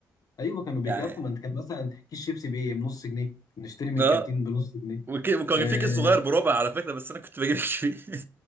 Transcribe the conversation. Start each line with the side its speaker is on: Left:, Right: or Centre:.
Left: ايوه كانوا بيكفوا
Right: يعني
Left: ما انت كان مثلا كيس شيبسي بايه بنص جنيه نشتري من
Right: اه
Left: الكانتين بنص جنيه
Right: وك... وكان
Left: اه
Right: في كيس صغير بربع على فكره بس انا كنت بجيب الكيس فيه <laughs>